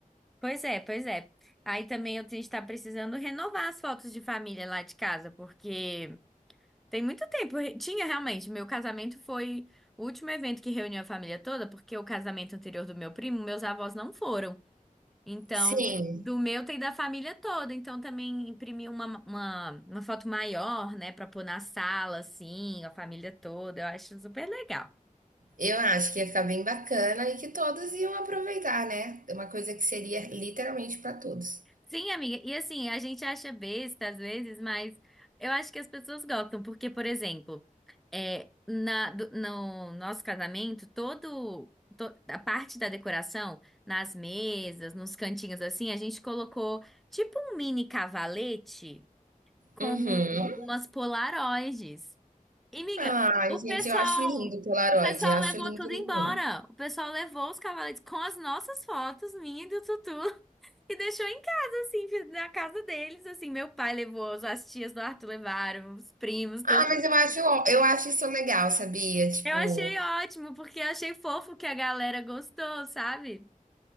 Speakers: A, in the centre; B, on the right (about 70°).
A: Pois é, pois é. Aí também eu a gente tá precisando renovar as fotos de família lá de casa, porque tem muito tempo. re- Tinha realmente, meu casamento foi o último evento que reuniu a família toda, porque o casamento anterior do meu primo, meus avós não foram. Então,
B: Sim,
A: do meu tem da família toda. Então, também imprimi uma, uma, uma foto maior, né, pra pôr na sala, assim, a família toda. Eu acho super legal.
B: eu acho que ia ficar bem bacana e que todos iam aproveitar, né? Uma coisa que seria literalmente para todos.
A: Sim, amiga. E assim, a gente acha besta às vezes, mas eu acho que as pessoas gostam, porque, por exemplo, é, na, do- no nosso casamento, todo. to- A parte da decoração, nas mesas, nos cantinhos assim, a gente colocou tipo um mini cavalete com
B: Uhum.
A: umas polaroides. E, miga,
B: Ai,
A: o
B: gente,
A: pessoal,
B: eu acho lindo o Polaroid.
A: o pessoal
B: Eu acho
A: levou
B: lindo,
A: tudo
B: lindo,
A: embora.
B: lindo.
A: O pessoal levou os cavaletes com as nossas fotos, minha e do Tutu, <laughs> e deixou em casa, assim, na casa deles, assim. Meu pai levou, as tias do Arthur levaram, os primos, todo.
B: Ah, mas eu acho, eu acho isso legal, sabia? Tipo,
A: Eu achei ótimo, porque eu achei fofo que a galera gostou, sabe?